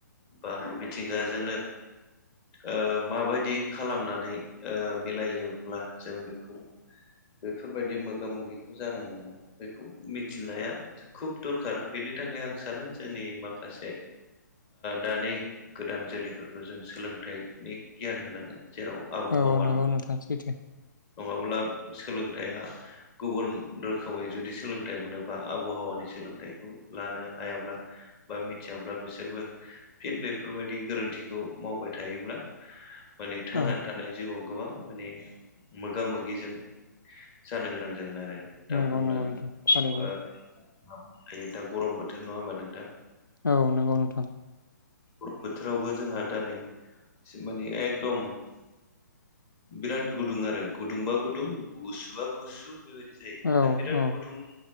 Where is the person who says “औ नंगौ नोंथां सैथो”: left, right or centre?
Left